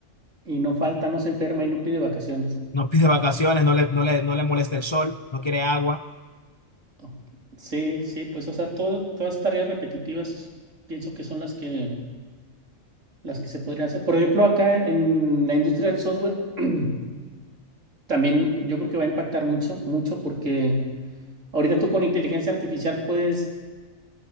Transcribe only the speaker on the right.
y no falta, no se enferma y no pide vacaciones.
O- Sí, sí, pues, o sea, todo, todas estas tareas repetitivas pienso que son las que, las que se podrían hacer. Por ejemplo, acá en la industria del software <clears throat> también yo creo que va a impactar mucho, mucho porque ahorita tú con inteligencia artificial puedes,